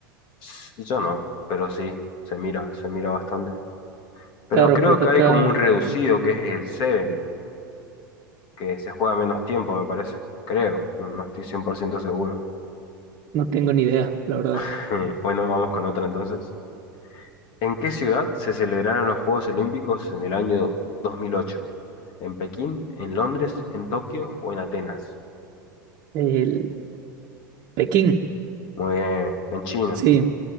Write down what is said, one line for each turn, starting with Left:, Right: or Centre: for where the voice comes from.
Left: S- Yo no, pero sí, se mira, se mira bastante. Pero
Right: Claro,
Left: creo
Right: porque
Left: que
Right: acá
Left: hay como un reducido que es el 7, que se juega menos tiempo, me parece. Creo, no, no estoy 100% seguro.
Right: no tengo ni idea, la verdad.
Left: <laughs> Bueno, vamos con otra entonces. ¿En qué ciudad se celebraron los Juegos Olímpicos en el año dos mil ocho ¿En Pekín, en Londres, en Tokio o en Atenas?
Right: El Pekín,
Left: Muy bien, en China.
Right: sí.